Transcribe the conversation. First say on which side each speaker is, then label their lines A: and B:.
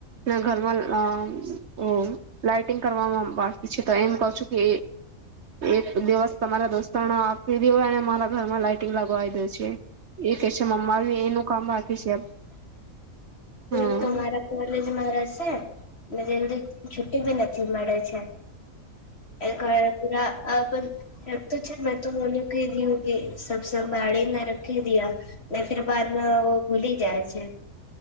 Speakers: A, on the right (about 55°); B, on the left (about 45°).
A: ઘરમાં અ ઓ લાઈટ ટીગં કરવામાં બાકી છે તો એમ કવ છું કે એક દિવસ તમારા દોસ્તોને આપી દેતો મારા ઘરમાં લાઈટંગ લગ દે છે એ કે છે મમમા કોમ બાકી છે.
B: તો
A: હમ
B: તો મારા કોલેજમાં છે ને જલ્દી છુટી બી નથી મળે છે. એ ઘર પૂરા અ પણ રખતું છે મેં તો મોને કે દીયુ કે સબ સંભાળીને રખી દીયા ને ફીર બાદમાં ભૂલી જાય છે.